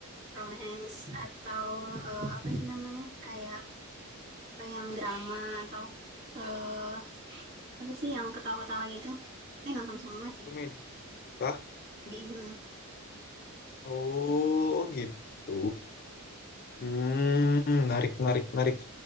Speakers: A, on the right; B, on the left.
A: romance, atau eh, apa sih namanya, kayak eh, yang drama, atau eh apa sih yang ketawa-ketawa gitu. Fai nonton semua sih.
B: komedi kah?
A: Jadi, hmm.
B: Oh, oh gitu. Hmm, menarik, menarik, menarik.